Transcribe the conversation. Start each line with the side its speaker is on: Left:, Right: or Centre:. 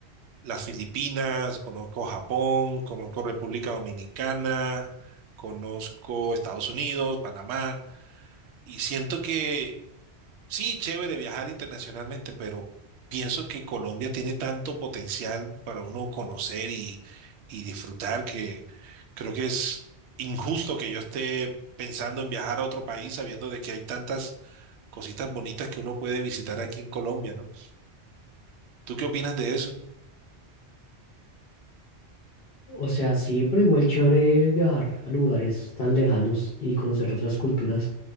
Right: las Filipinas, conozco Japón, conozco República Dominicana, conozco Estados Unidos, Panamá, y siento que Sí, chévere viajar internacionalmente, pero pienso que Colombia tiene tanto potencial para uno conocer y, y disfrutar que creo que es injusto que yo esté pensando en viajar a otro país sabiendo de que hay tantas cositas bonitas que uno puede visitar aquí en Colombia, ¿no? ¿Tú qué opinas de eso?
Left: O sea, sí, pero igual chévere viajar a lugares tan lejanos y conocer otras culturas.